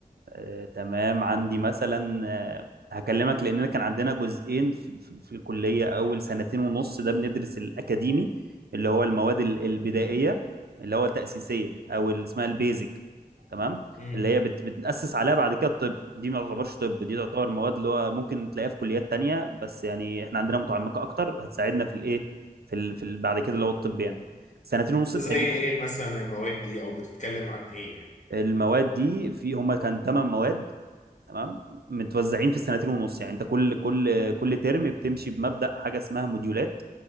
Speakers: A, on the right (about 80°); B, on the left (about 50°).
A: آه، تمام عندي مثلا آه، هكلمك لأننا كان عندنا جزئين في, في, في الكلية أول سنتين ونص ده بندرس الأكاديمي اللي هو المواد ال- البدائية اللي هو التأسيسية أو اللي اسمها البيزك تمام
B: امم
A: اللي هي بت بتأسس عليها بعد كده الطب دي ما تعتبرش طب دي تعتبر مواد اللي هو ممكن تلاقيها في كليات تانية بس يعني احنا عندنا متعمقة أكتر هتساعدنا في الإيه في, ال في ال بعد كده اللي هو الطب يعني سنتين ونص التانيين
B: زي ايه مثلا المواد دي او بتتكلم عن ايه يعني
A: المواد دي في هما كان تمن مواد تمام متوزعين في السنتين ونص يعني انت كل كل كل ترم بتمشي بمبدأ حاجة اسمها موديولات